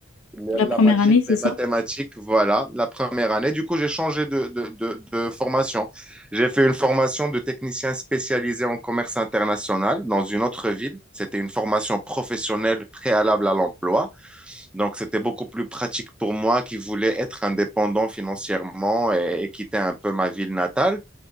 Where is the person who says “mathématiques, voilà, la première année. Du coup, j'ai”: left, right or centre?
Centre